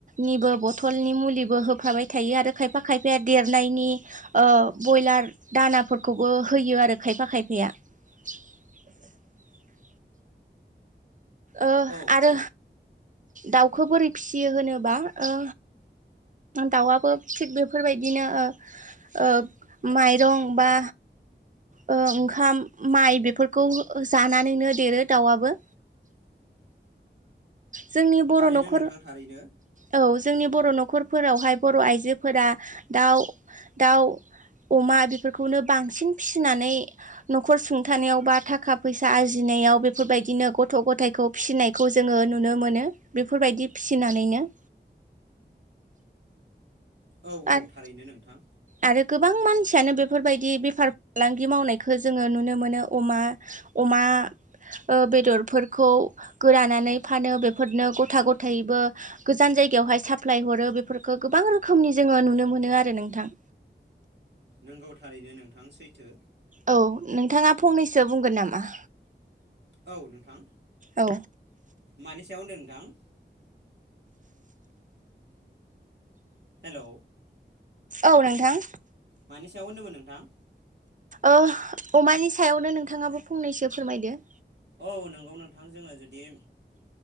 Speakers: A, on the right; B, on the right.
A: निबो बथलनि मुलिबो होफाबाय थायो आरो खायफा खायफाया देरनायनि ओ बयलार दानाफोरखौबो होयो आरो खायफा खायफाया। <inaudible> ओ
B: औ
A: आरो
B: औ
A: दाउखौ बोरै फियो होनोबा ओ दाउआबो थिग बेफोरबायदिनो ओ ओ माइरं बा ओ ओंखाम माइ बेफोरखौ जानानैनो देरो दाउआबो।
B: <inaudible>
A: जोंनि बर'
B: थारैनो
A: न'खर
B: नोंथां थारैनो।
A: औ जोंनि बर' न'खरफोरावहाय बर' आइजोफोरा दाउ दाउ अमा बेफोरखौनो बांसिन फिसिनानै न'खर सुंथानायाव बा थाखा फैसा आरजिनायाव बेफोरबायदिनो गथ' गथायाइखौ फिसिनायखौ जोङो नुनो मोनो बेफोरबायदि फिसिनानैनो
B: औ औ
A: आरो
B: थारैनो नोंथां।
A: आरो गोबां मानसियानो बेफोरबायदि बेफार फालांगि मावनायखौ जोङो नुनो मोनो अमा अमा ओ बेदरफोरखौ गोरानानै फानो बेफोरनो गथा गथायैबो गोजान जायगायावहाय साप्लाय हरो बेफोरखौ गोबां रोखोमनि जोङो नुनो मोनो आरो नोंथां।
B: नंगौ थारैनो नोंथां सैथो।
A: औ नोंथाङा फंनैसो बुंगोन नामा?
B: औ नोंथां
A: औ
B: मानि सायाव होनदों नोंथां? हेलौ।
A: औ नोंथां।
B: मानि सायाव होनदोंमोन नोंथां?
A: ओ अमानि सायावनो नोंथाङाबो फंनैसो फोरमायदो।
B: औ नंगौ नोंथां जोङो जुदि